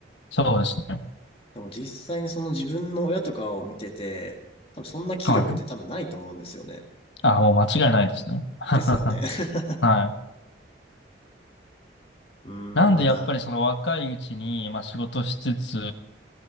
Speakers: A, on the left; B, on the left.
A: そうですね。
B: でも実際にその自分の親とかを見てて、多分そんな気力って多分ないと思うんですよね。
A: はい。あ、もう間違いないですね。<laughs>
B: ですよね。<laughs>
A: はい。
B: うーん、
A: なんで、
B: まだ。
A: やっぱりその若いうちに、まあ、仕事しつつ、